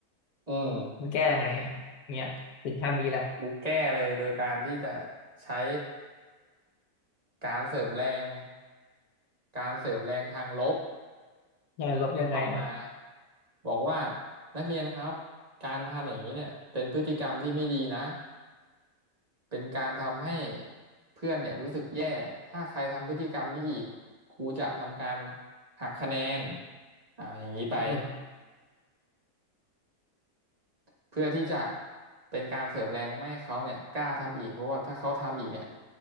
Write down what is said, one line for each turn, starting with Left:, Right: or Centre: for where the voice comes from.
Right: อืม
Left: มันแก้ยังไงอ่ะอย่างเงี้ยถึงขั้นนี้แหละ
Right: กูแก้เลยโดยการที่จะใช้การเสริมแรงการเสริมแรงทางลบ
Left: งานลบยังไงอ่ะ
Right: เข้ามาบอกว่านักเรียนครับการทำอย่างนี้เนี่ยเป็นพฤติกรรมที่ไม่ดีนะ เป็นการทำให้เพื่อนเนี่ยรู้สึกแย่ถ้าใครทำพฤติกรรมนี้อีกครูจะทำการหักคะแนนอ่าอย่างนี้ไป
Left: อืม
Right: เพื่อที่จะเป็นการเสริมแรงไม่ให้เขาเนี่ยกล้าทำอีกเพราะว่าถ้าเขาทำอีกเนี่ย